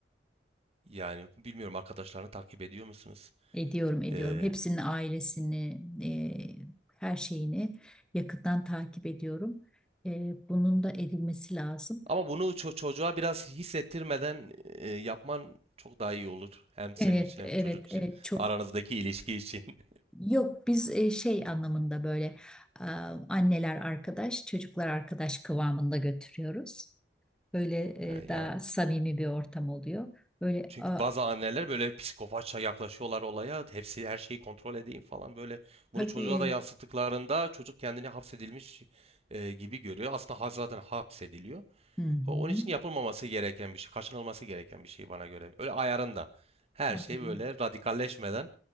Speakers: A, on the right; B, in the centre.
A: Yani bilmiyorum arkadaşlarını takip ediyor musunuz?
B: Ediyorum, ediyorum.
A: Ee,
B: Hepsinin ailesini, e, her şeyini yakından takip ediyorum. E, bunun da edilmesi lazım.
A: Ama bunu ço- çocuğa biraz hissettirmeden e, yapman çok daha iyi olur. Hem senin
B: Evet,
A: için
B: evet,
A: hem çocuk için.
B: evet. Çok.
A: Aranızdaki ilişki için. <laughs>
B: Yok, biz e, şey anlamında böyle e, anneler arkadaş, çocuklar arkadaş kıvamında götürüyoruz. Böyle
A: E,
B: e,
A: ya.
B: daha samimi bir ortam oluyor. Böyle
A: Çünkü
B: a,
A: bazı anneler böyle psikopatça yaklaşıyorlar olaya. Hepsi her şeyi kontrol edeyim falan böyle. Bunu
B: tabii.
A: çocuğa da yansıttıklarında çocuk kendini hapsedilmiş e, gibi görüyor. Aslında ha- zaten hapsediliyor.
B: Hı hı.
A: O- Onun için yapılmaması gereken bir şey, kaçınılması gereken bir şey bana göre. Öyle ayarında. Her
B: Aynen.
A: şey böyle radikalleşmeden